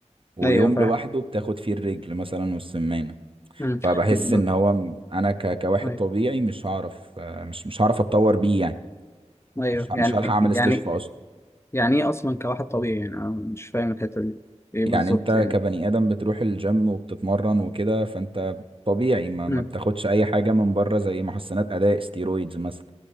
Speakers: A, on the right; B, on the left.
A: ويوم
B: ايوه فاهم
A: لوحده بتاخد فيه الرجل مثلا والسمانة
B: امم
A: فبحس
B: ب-
A: ان هو م- انا ك... كواحد
B: ايوه
A: طبيعي مش هعرف آه، مش مش هعرف اتطور بيه يعني
B: ايوه
A: مش ه-
B: يعني
A: مش هلحق اعمل
B: يعني
A: استشفاء اصلا
B: يعني ايه اصلا كواحد طبيعي يعني انا مش فاهم الحته دي ايه
A: يعني
B: بالظبط
A: انت
B: يعني
A: كبني ادم بتروح الجيم وبتتمرن وكده فانت طبيعي ما,
B: امم
A: ما بتاخدش اي حاجة من بره زي محسنات اداء ستيرويدز مثلا